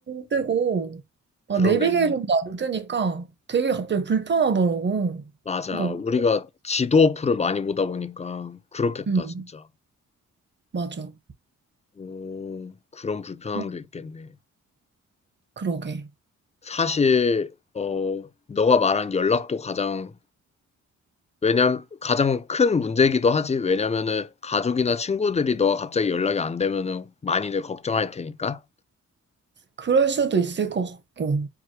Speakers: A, on the right; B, on the left.
A: 뜨고, 아,
B: 그러네.
A: 내비게이션도 안 뜨니까 되게 갑자기 불편하더라고.
B: 맞아.
A: 그거.
B: 우리가 지도 어플을 많이 보다 보니까 그렇겠다,
A: 음,
B: 진짜.
A: 맞아.
B: 오, 그런 불편함도
A: 그-
B: 있겠네.
A: 그러게.
B: 사실, 어, 너가 말한 연락도 가장 왜냐 면 가장 큰 문제이기도 하지. 왜냐면은 가족이나 친구들이 너가 갑자기 연락이 안 되면은 많이들 걱정할 테니까.
A: 그럴 수도 있을 것 같고.